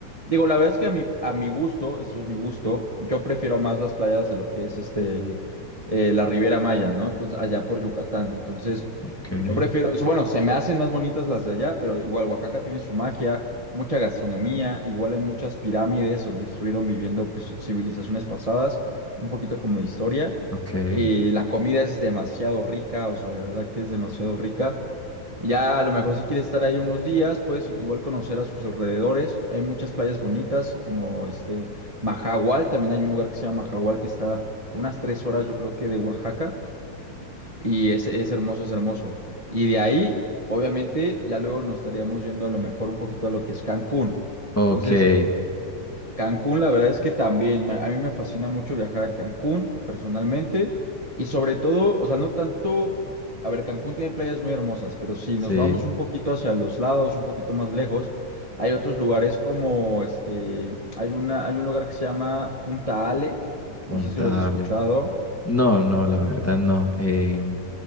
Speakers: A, on the right; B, in the centre.
A: Digo, la verdad es que a mi, a mi gusto, eso es mi gusto, yo prefiero más las playas de lo que es este, eh, la Riviera Maya, ¿no? Entonces, allá por Yucatán. Entonces,
B: okay,
A: yo prefiero eso. Bueno, se me hacen más bonitas las de allá, pero igual Oaxaca tiene su magia, mucha gastronomía, igual hay muchas pirámides donde estuvieron viviendo pues, civilizaciones pasadas un poquito como de historia.
B: okay,
A: Eh, la comida es demasiado rica, o sea, de verdad que es demasiado rica. Y Ya a lo mejor si quieres estar ahí unos días, puedes igual conocer a sus alrededores. Hay muchas playas bonitas, como este Mahahual, también hay un lugar que se llama Mahahual que está a unas tres horas, yo creo que de Oaxaca. Y es, es hermoso, es hermoso. Y de ahí, obviamente, ya luego nos estaríamos yendo a lo mejor un poquito a lo que es Cancún.
B: okay,
A: Entonces, Cancún, la verdad es que también, me- a mí me fascina mucho viajar a Cancún personalmente y sobre todo, o sea, no tanto, a ver, Cancún tiene playas muy hermosas, pero si
B: sí,
A: nos vamos un poquito hacia los lados, un poquito más lejos, hay otros lugares como este, hay una, hay un lugar que se llama Punta Ale,
B: puntale.
A: no sé si lo has escuchado.
B: No, no, la verdad no. em,